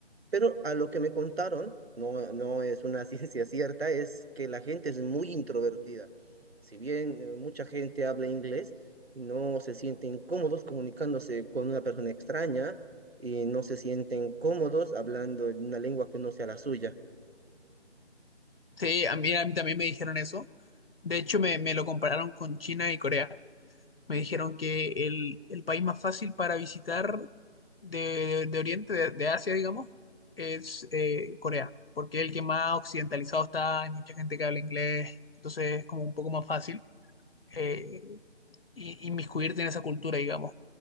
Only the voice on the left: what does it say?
Sí, a mí, a mí también me dijeron eso. De hecho, me, me lo compararon con China y Corea. Me dijeron que el, el país más fácil para visitar de, de- de Oriente, de, de Asia, digamos, es eh, Corea, porque es el que más occidentalizado está, hay mucha gente que habla inglés, entonces es como un poco más fácil eh, y- inmiscuirte en esa cultura, digamos.